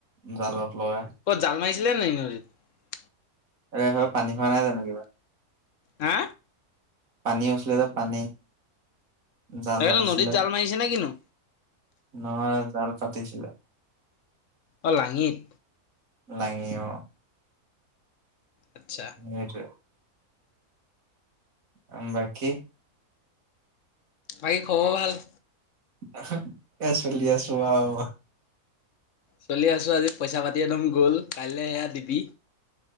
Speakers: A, on the right; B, on the left.
A: জালত। লগা
B: ক'ত জাল মাৰিছে? মাৰিছিলে নেকি নদীত?
A: আহহ পানী হোৱা নাই জানো কিবা?
B: হা?
A: পানী হৈছিলে যে পানী। জাল
B: তাকেটো
A: পাতিছিলে
B: নদীত জাল মাৰিছে নে কিনো?
A: নহয় জাল পাতিছিলে।
B: অ লাঙিত।
A: লাঙি অ।
B: আচ্ছা
A: সেইটোৱে। অ, বাকী?
B: বাকী খবৰ ভাল।
A: নাখাইক এ চলি আছো আৰু।
B: চলি আছো। আজি পইচা পাতি একদম গ'ল। কাইলৈ এয়া বি